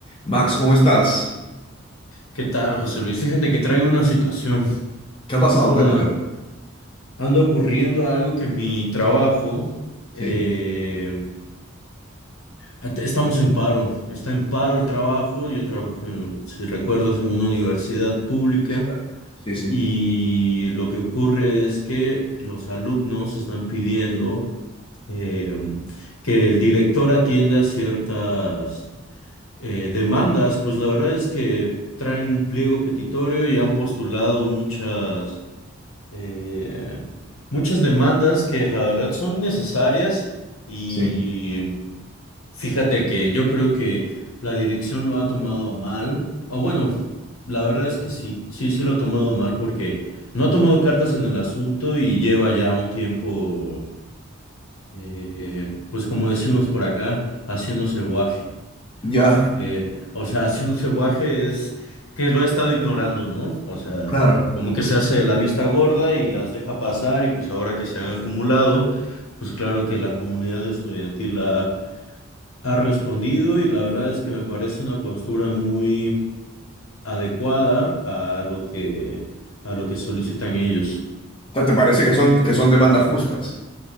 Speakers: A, on the left (about 25°); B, on the left (about 80°).
A: Max, ¿cómo estás?
B: ¿Qué tal, José Luis? Fíjate que traigo una situación.
A: ¿Qué ha pasado?
B: Anda,
A: Cuéntamelo.
B: anda ocurriendo algo que mi trabajo, eh,
A: Sí,
B: at- estamos en paro. Está en paro el trabajo. Yo trabajo, en- si recuerdas, en una universidad pública
A: sí, claro. Sí, sí,
B: y lo que ocurre es que los alumnos están pidiendo eh, que el director atienda ciertas eh, demandas, pues la verdad es que traen un pliego petitorio y han postulado muchas eh, muchas demandas que la verdad son necesarias y
A: sí.
B: fíjate que yo creo que la dirección lo ha tomado a mal, o bueno, la verdad es que sí, sí, sí lo ha tomado a mal porque no ha tomado cartas en el asunto y lleva ya un tiempo, eh, pues como decimos por acá, haciéndose guaje.
A: Ya,
B: Eh, o sea, haciéndose guaje es que lo he estado ignorando, ¿no? O sea,
A: claro.
B: como que se hace la vista gorda y las deja pasar y pues ahora que se han acumulado, pues claro que la comunidad estudiantil ha, ha respondido y la verdad es que me parece una postura muy adecuada a lo que, a lo que solicitan ellos.
A: O sea, ¿te parece que son, que son demandas justas?